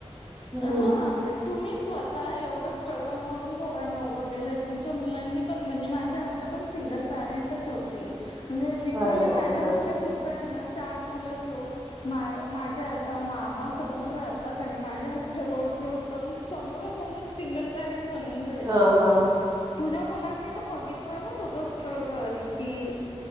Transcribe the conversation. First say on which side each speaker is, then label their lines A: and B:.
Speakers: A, on the right; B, on the left.
A: हम्म.
B: हा. तुम्ही स्वतः एवढं स्ट्रगलमधून पोरांना उभं केलंय तुमच्या मुलांनी पण म्हणजे माझ्या आत्त्या पण सिंगल पेरेंटच होती लीट्रली
A: अरे बापरे!
B: माझ्या
A: हां.
B: आत्या सुद्धा हेना चार मुलं घेऊन मा माझ्या मामा समोर राहतात आणि माझ्या हात रोड क्रॉस करून, समोरा समोर सिंगल पॅरेंट बनून राहिलाय.
A: हां, हां.
B: तुझ्या मुलांनी बघितलाय ना तुझ स्ट्रगल की,